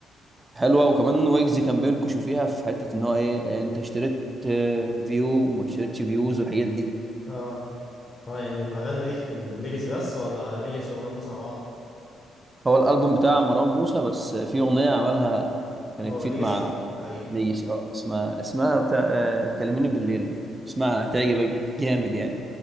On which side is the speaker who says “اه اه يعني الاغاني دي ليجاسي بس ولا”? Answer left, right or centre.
Left